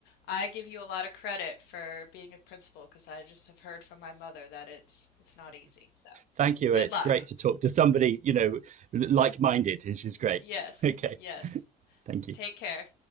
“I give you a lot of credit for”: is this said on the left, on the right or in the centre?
Left